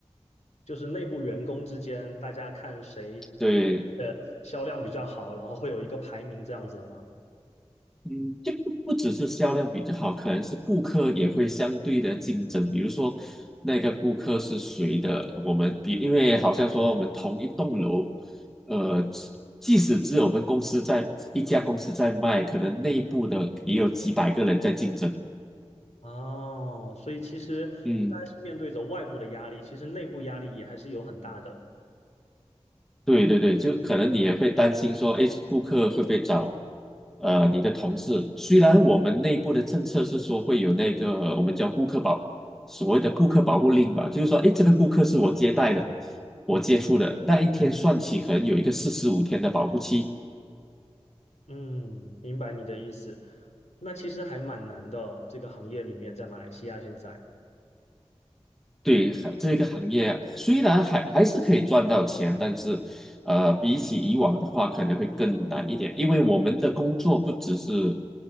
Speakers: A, on the left; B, in the centre.
A: 就是内部员工之间，大家看谁
B: 对，
A: 呃销量比较好，然后会有一个排名这样子的吗？
B: 嗯，就不不只是销量比较好，可能是顾客也会相对的竞争。比如说那个顾客是谁的，我们比，因为好像说我们同一栋楼，呃，即使只有我们公司在一家公司在卖，可能内部的也有几百个人在竞争。
A: 哦，所以其实不单是面对着外部的压力，
B: 嗯。
A: 其实内部压力也还是有很大的。
B: 对对对，就可能你也会担心说，诶，顾客会不会找呃你的同事？虽然我们内部的政策是说会有那个我们叫顾客保，所谓的顾客保护令吧，就是说，诶，这个顾客是我接待的，我接触的，那一天算起可能有一个四十五天的保护期。
A: 嗯，明白你的意思。那其实还蛮难的，这个行业里面在马来西亚现在。
B: 对，还这个行业啊虽然还还是可以赚到钱，但是，呃，比起以往的话，可能会更难一点，因为我们的工作不只是，